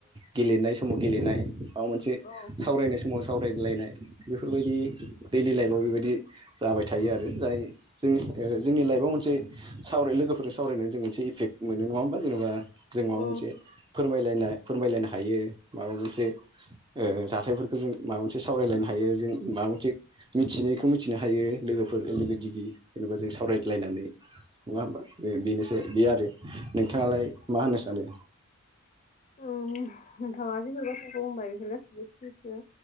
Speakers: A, on the right; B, on the left.
A: गेलेनाय समाव गेलेनाय। माबा मोनसे
B: औ
A: सावरायनाय समाव सावरायदलायनाय। बेफोरबायदि दैलि लाइफआव बेबायदि जाबाय थायो आरो जाय जोंनिस ओ जोंनि लाइफ बा मोनसे सावराय लोगोफोरजों सावरायना जों मोनसे इफेक्ट मोनो नङा होमबा जेनेबा। जों माबा
B: उम
A: मोनसे फोरमायलाय फोरमायलायनो हायो माबा मोनसे ओ जाख थायफोरखौ जों माबामोनसे सावरायलायनो माबा मोनसे मिथिनायखौ मिथिनो हायो लोगोफोर लोगो दिगि जेनेबा जों सावराय लायनानै नङा होमबा? बे बेनोसै बे आरो नोंथाङालाय मा होनो सानो?
B: उम नोंथाङा जेफोर बाथ्राखौ बुंबाय बेफोर गासिबो सैथो